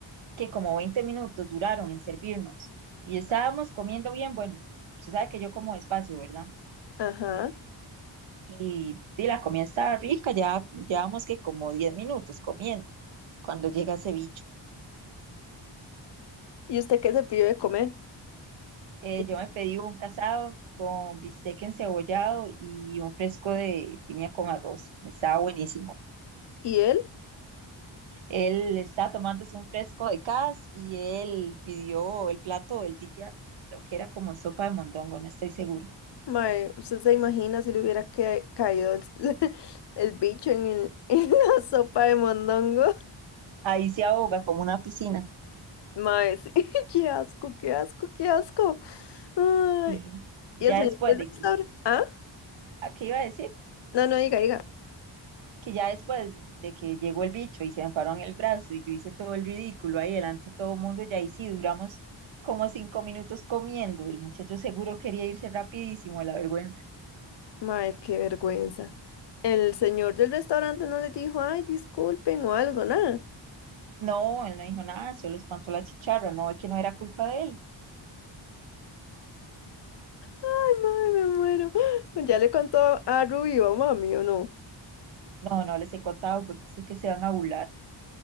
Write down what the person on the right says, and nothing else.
que como 20 minutos duraron en servirnos y estábamos comiendo bien. Bueno, se sabe que yo como despacio, ¿verdad?
Y, y la comida estaba rica, ya llevamos que como 10 minutos comiendo cuando llega ese bicho.
Eh,
yo me pedí un casado con bistec encebollado y un fresco de piña con arroz. Estaba buenísimo.
Él estaba tomándose un fresco de cas y él pidió el plato del día, creo que era como sopa de mondongo, no estoy seguro.
Ahí se ahoga como una piscina.
Sí. Ya
después
de
que,
¿a qué iba a decir?
que ya después de que llegó el bicho y se me paró en el brazo y yo hice todo el ridículo ahí delante de todo el mundo, ya ahí sí duramos como cinco minutos comiendo. El muchacho seguro quería irse rapidísimo de la vergüenza.
No, él no dijo nada, solo espantó la chicharra, no es que no era culpa de él.
No, no les he contado porque sé que se van a burlar.